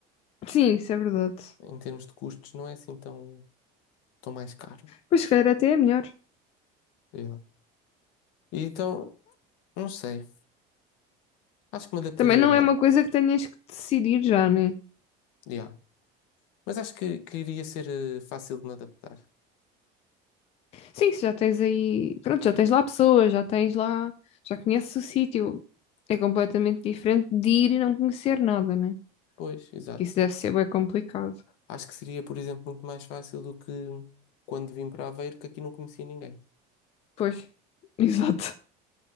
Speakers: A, on the left (about 30°); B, on the left (about 70°).
A: Sim, isso é verdade.
B: em termos de custos não é assim tão, tão mais caro.
A: Pois, se calhar até é melhor.
B: Yeah. E Então, não sei, acho que me adaptaria
A: Também não
B: bem,
A: é uma coisa que tenhas que decidir já, né?
B: yeah. Mas acho que, que iria ser eh, fácil de me adaptar.
A: Sim, se já tens aí. Pronto, já tens lá pessoas, já tens lá. Já conheces o sítio. É completamente diferente de ir e não conhecer nada, né?
B: Pois, exato.
A: Que Isso deve ser bem complicado.
B: Acho que seria, por exemplo, muito mais fácil do que quando vim para Aveiro, que aqui não conhecia ninguém.
A: Pois, <laughs> exato.